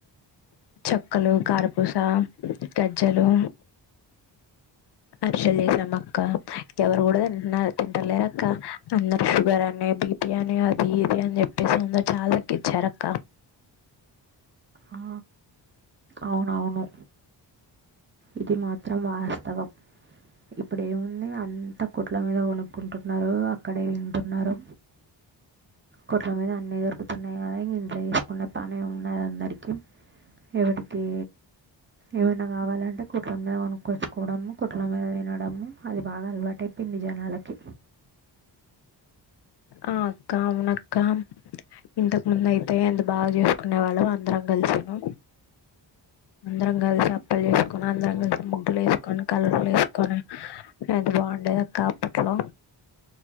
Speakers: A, on the left; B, on the right.
A: చెక్కలు, కారపూస, గజ్జలు అరిశల్ చేశామక్క ఎవరు కూడా తింటలేరక్క అందరు షుగర్ అనే బీపీ అనే అది ఇది అని చెప్పేసి అందరు చాలా తగ్కిచ్చారక్క
B: ఆ అవునవును ఇది మాత్రం వాస్తవం ఇప్పుడు ఏముంది అంతా కొట్ల మీద కొనుక్కుంటున్నారు. అక్కడే తింటున్నరు కొట్ల మీద అన్నీ దొరుకుతున్నాయి కదా ఇంట్లో చేసుకునే పనె ఉండది అందరికీ ఎవటికి ఏమైనా కావాలంటే కొట్ల మీద కొనుకొచ్చుకోవడం కొట్ల మీద వినడం అది బాగా అలవాట్ అయిపోయింది జనాలకి
A: ఆ అక్క అవునక్క ఇంతకు ముందు అయితే ఎంత బాగా చేసుకునే వాళ్ళం అందరం కలిసిన అందరం కలిసి అప్పలు చేసుకొని, అందరం కలిసి ముగ్గులు వేసుకొని కలర్లు వేసుకొని ఎంత బాగుండేది అక్క అప్పట్లో